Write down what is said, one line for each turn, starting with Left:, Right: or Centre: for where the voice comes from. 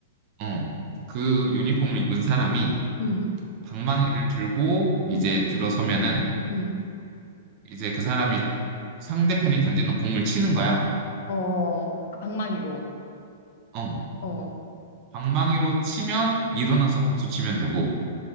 Right: 어, 그 유니폼을 입은 사람이
Left: 음,
Right: 방망이를 들고 이제
Left: 음,
Right: 들어서면은
Left: 음.
Right: 이제 그 사람이 상대편이 던지는 공을 치는 거야.
Left: 어, 그 방망이로.
Right: 어.
Left: 어,
Right: 방망이로 치면 일어나서 박수 치면 되고,